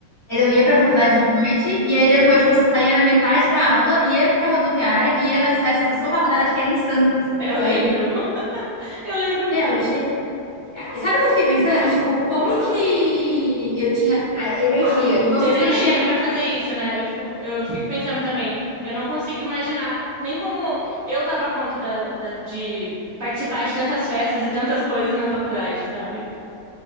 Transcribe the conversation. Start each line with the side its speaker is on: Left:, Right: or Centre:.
Left: eu ia para a faculdade de noite, e aí depois, tipo, eu saía na metade da aula, ia para a rodoviária, ia nas festas da sua faculdade, que era em Santos.
Right: Eu
Left: Você
Right: lembro.
Left: lembra?
Right: <laughs> Eu lembro muito.
Left: Meu, gente, sabe o que eu fiquei pensando? Tipo, como que eu tinha a energia? E vocês
Right: Energia
Left: também, né?
Right: pra fazer isso, né? Eu fico, eu fico pensando também. Eu não consigo imaginar nem como eu dava conta da- da- de participar de tantas festas e tantas coisas na faculdade, sabe?